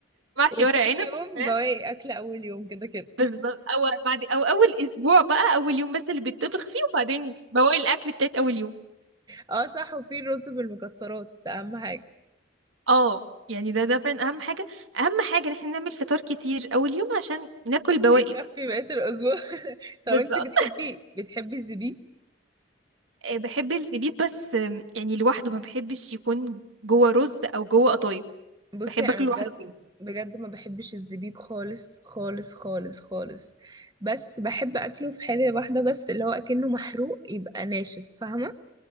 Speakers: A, on the right (about 85°); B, on the right (about 20°).
A: محشي
B: وتاني
A: ورق عنب
B: يوم
A: فراخ.
B: بواقي اكل اول يوم كده كده
A: بالظبط او بعد او اول اسبوع بقى اول يوم بس اللي بيتطبخ فيه وبعدين بواقي الاكل بتاعت اول يوم
B: اه صح وفي الرز بالمكسرات ده اهم حاجه
A: اه يعني ده ده فعلا اهم حاجه اهم حاجه ان احنا نعمل فطار كتير اول يوم عشان ناكل بواقي
B: يكفي
A: بقى
B: بقيه الاسبوع <laughs> طب
A: بالظبط
B: انت بتحبي بتحبي الزبيب
A: آه، بحب الزبيب بس آم، يعني لوحده ما بحبش يكون جوه رز او جوه قطايف
B: بصي
A: بحب
B: انا
A: اكله
B: بجد
A: لوحده كده
B: بجد ما بحبش الزبيب خالص خالص خالص خالص بس بحب اكله في حاله واحده بس اللي هو اكنه محروق يبقى ناشف فاهمه